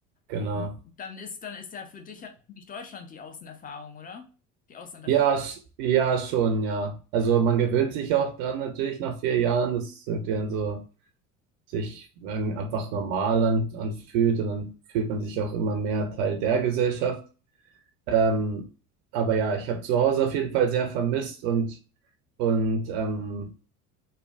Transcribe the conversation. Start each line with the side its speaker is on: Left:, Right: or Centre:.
Right: Genau.
Left: Und dann ist, dann ist ja für dich ja eigentlich Deutschland die Außenerfahrung, oder? Die Auslanderfahrung.
Right: Ja, sch ja, schon, ja. Also man gewöhnt sich auch dran natürlich nach vier Jahren, dass es irgendwie dann so sich ähm, einfach normal an anfühlt und dann fühlt man sich auch immer mehr Teil der Gesellschaft. Ähm, aber ja, ich habe zu Hause auf jeden Fall sehr vermisst und und ähm,